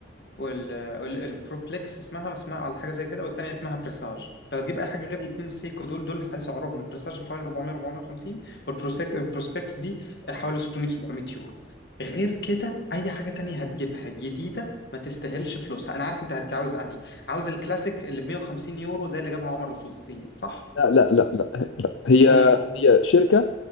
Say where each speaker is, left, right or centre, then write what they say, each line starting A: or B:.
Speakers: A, on the left (about 55°); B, on the left (about 75°).
A: وال وال- البروبلكس اسمها اسمها على حاجة زي كده والتانية اسمها بريساج لو هتجيب أي حاجة غير الاتنين السيكو دول دول سعرهم البريساج حوالي 400 450 والبروسبكس دي حوالي 600 700 يورو غير كده اي حاجه تانية هتجيبها جديده ما تستاهلش فلوسها انا عارف انت هتجي- عاوز انهي عاوز الكلاسيك اللي ب 150 يورو زي اللي جابها عمر الفلسطيني صح
B: لا لا لا لا هي
A: أمار
B: هي شركه